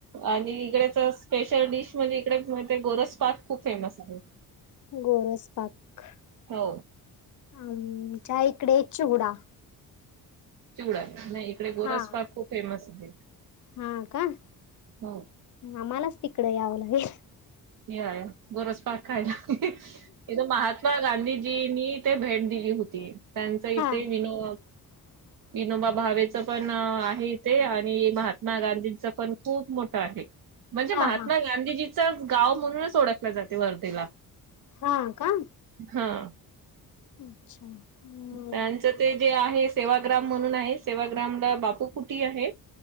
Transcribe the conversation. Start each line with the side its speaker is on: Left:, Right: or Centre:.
Right: आणि इकडेच स्पेशल डिश म्हणजे इकडे ते गोरस पार्क खूप फेमस आहे.
Left: गोरस पाक
Right: हो
Left: आमच्या इकडे चिवडा.
Right: चिवडा नाही इकडे गोरस
Left: हा
Right: पा्क खूप फेमस आहे.
Left: हा काय.
Right: हम्.
Left: आम्हालाच तिकडे यावं लागेल.
Right: या बोरसप कायला इ महात. महात्मा गांधीजींनी तेे भेट दिली होती त्यांचा
Left: हा
Right: इथे विनो.
Left: <inaudible>
Right: विनोबा भावेचं पण आहे इथे आणि महात्मा गांधींचं पण खूप मोठं आहे. म्हणजे
Left: हा
Right: महात्मा
Left: हा
Right: गांधीजीचं गाव म्हणूनच ओळखले जाते वर्धेला.
Left: हा का.
Right: हा.
Left: अच्छा! मग
Right: त्यांचं ते जे आहे सेवाग्राम म्हणून आहे सेवाग्रामला बापू कुटी आहे.